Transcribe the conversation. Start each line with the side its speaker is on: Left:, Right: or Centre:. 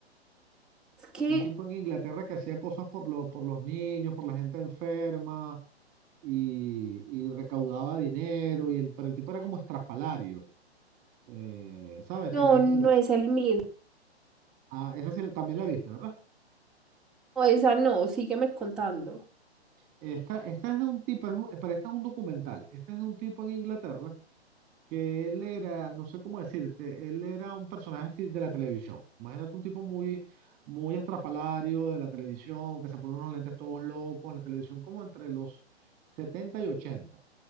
Centre: Es que
Right: Un tipo en Inglaterra que hacía cosas por, lo, por los niños, por la gente enferma y, y recaudaba dinero, y el, pero el tipo era como estrafalario, eh, ¿sabes?
Centre: no,
Right: Tenía
Centre: no
Right: como...
Centre: es el mismo.
Right: Ah, esa sí, también la viste, ¿verdad?
Centre: O Esa no, sígueme contando.
Right: Esta, esta es de un tipo, es un- pero esta es un documental. Este es de un tipo en Inglaterra que él era, no sé cómo decirte, él era un personaje ti- de la televisión. Imagínate un tipo muy, muy estrafalario de la televisión, que se pone unos lentes todos locos en la televisión, como entre los 70 y ochenta